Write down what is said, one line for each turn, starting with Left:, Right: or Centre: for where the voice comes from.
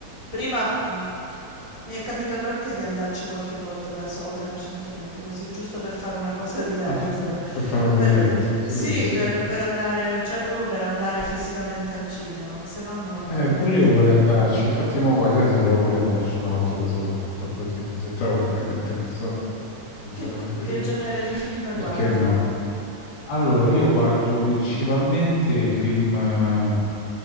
Right: Prima mh, mi è capitato anche di andarci qualche volta da sola recentemente, così giusto per fare una cosa <laughs> diversa,
Left: Ah sì?
Right: per-
Left: Per fare una cosa
Right: perché
Left: diversa. Sì,
Right: sì,
Left: sì,
Right: per,
Left: sì.
Right: per andare, cioè proprio per andare fisicamente al cinema, ma se no normalmente
Left: Eh, pure io vorrei andarci. Infatti mo quasi quasi provo pure ad andarci una volta da solo, tanto così, se trovo un film interessante
Right: Che,
Left: da vedere,
Right: che genere di film
Left: perché
Right: guardi
Left: no?
Right: tu?
Left: Allora, io guardo principalmente film, eh,